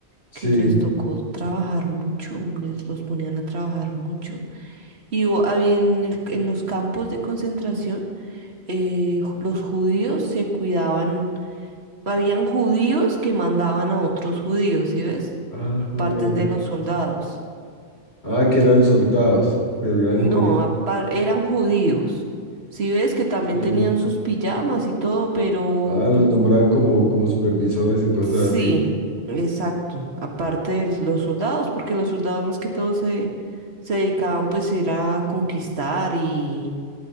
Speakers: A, on the left; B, on the right.
A: Sí.
B: que les tocó trabajar mucho, les los ponían a trabajar mucho. Y hu- había en el- en los campos de concentración, eh, ju- los judíos se cuidaban Habían judíos que mandaban a otros judíos, ¿sí ves?
A: Ah,
B: Aparte
A: joder.
B: de los soldados.
A: Ah, que eran soldados, pero eran
B: No,
A: judíos.
B: apar- eran judíos. Si ves que también
A: Sí.
B: tenían sus pijamas y todo, pero
A: Ah, los nombraban como, como supervisores o cosas
B: sí,
A: así.
B: exacto. Aparte de los soldados, porque los soldados más que todo se, se dedicaban pues era a conquistar y